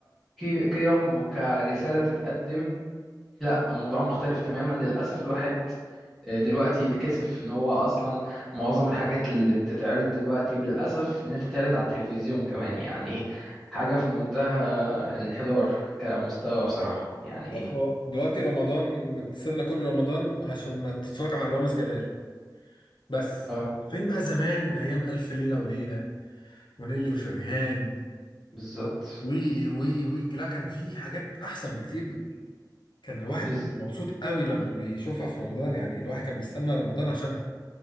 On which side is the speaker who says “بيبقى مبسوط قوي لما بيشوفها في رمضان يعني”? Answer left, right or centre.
Left